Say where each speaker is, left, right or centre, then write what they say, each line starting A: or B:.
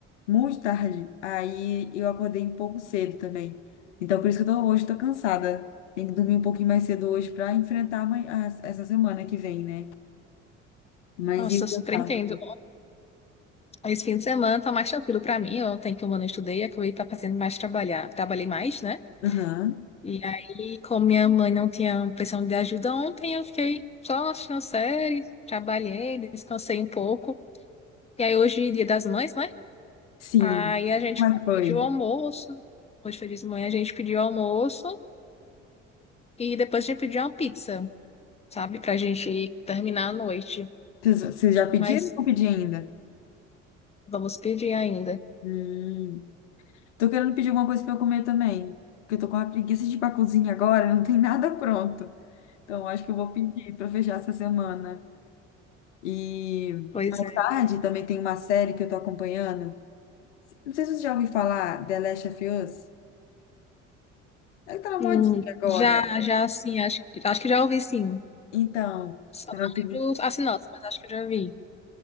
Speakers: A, on the left (about 70°); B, on the left (about 15°).
A: muito tarde. Aí eu acordei um pouco cedo também. Então, por isso que eu tô, hoje tô cansada. Tenho que dormir um pouquinho mais cedo hoje para enfrentar amanhã- as- essa semana que vem, né? Mas
B: Nossa,
A: isso
B: eu super
A: é sábado.
B: entendo. Esse fim de semana tá mais tranquilo pra mim. Ontem que eu não estudei, acabei tá fazendo mais trabalhar. Trabalhei mais, né?
A: Aham.
B: E aí, como minha mãe não tinha pressão de ajuda ontem, eu fiquei só assistindo série, trabalhei, descansei um pouco. E aí, hoje, é Dia das Mães, né?
A: Sim.
B: Aí a gente
A: Como é que foi?
B: pediu almoço. Hoje foi dia de manhã, a gente pediu almoço e depois a gente pediu uma pizza, sabe? Pra gente terminar a noite.
A: Vocês vocês já pediram
B: Mas
A: ou não pedi ainda?
B: vamos pedir ainda.
A: Hum. Tô querendo pedir alguma coisa pra eu comer também. Porque eu tô com uma preguiça de ir pra cozinha agora, não tem nada pronto. Então, eu acho que eu vou pedir pra fechar essa semana. E
B: Pois
A: mais
B: é.
A: tarde também tem uma série que eu tô acompanhando. Não sei se você já ouviu falar, The Last of Us. Ela tá na
B: Hum,
A: modinha agora.
B: já, já, assim, acho, que- acho que já ouvi, sim.
A: Então,
B: Só
A: tá
B: não
A: na segunda
B: lembro as sinopse, mas acho que eu já vi.